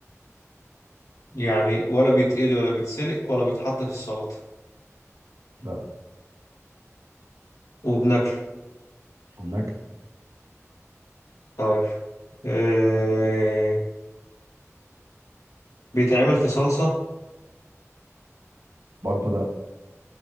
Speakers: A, on the left; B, on the right.
A: يعني ولا بيتقلي ولا بيتسلق ولا بيتحط في السلطة
B: لا
A: وبناكله
B: هناك
A: طيب آه... بيتعمل في صلصة
B: برضه لا